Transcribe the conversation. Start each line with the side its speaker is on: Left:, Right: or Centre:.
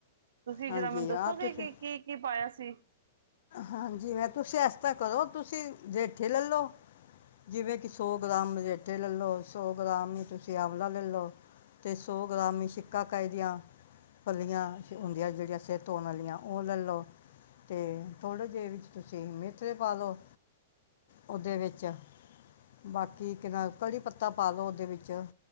Right: ਤੁਸੀ
Left: ਹਾਂਜੀ
Right: ਜਰਾ ਮੈਨੂੰ ਦੱਸੋਗੇ,
Left: ਆ ਤੁਸੀਂ
Right: ਕਿ ਕੀ-ਕੀ ਪਾਇਆ ਸੀ। ਤੇੇ,
Left: ਹਾਂਜੀ ਮੈਂ ਤੁਸੀਂ ਇਸ ਤਰ੍ਹਾਂ ਕਰੋ, ਤੁਸੀਂ ਰੇਠੇ ਲੈ ਲਓ ਜਿਵੇਂ ਕਿ ਸੌ ਗ੍ਰਾਮ ਰੇਠੇ ਲੈ ਲਓ, ਸੌ ਗ੍ਰਾਮ ਹੀ ਤੁਸੀਂ ਆਂਵਲਾ ਲੈਲੋ ਲਓ, ਅਤੇ ਸੌ ਗ੍ਰਾਮ ਹੀ ਸਿੱਕਾ ਕਏ ਦੀਆਂ ਫਲੀਆਂ ਹੁੰਦੀਆਂ ਜਿਹੜੀਆਂ ਸਿਰ ਧੋਣ ਵਾਲੀਆਂ ਉਹ ਲੈ ਲਓ, ਤੇ ਥੋੜ੍ਹੇ ਜਿਹੇ ਵਿੱਚ ਤੁਸੀਂ ਮੇਥਰੇ ਪਾ ਲਓ। ਉਹਦੇ ਵਿੱਚ ਬਾਕੀ ਕਿਹਦਾ ਕੜੀ ਪੱਤਾ ਪਾਦੋ ਔਦੇ ਵਿੱਚ,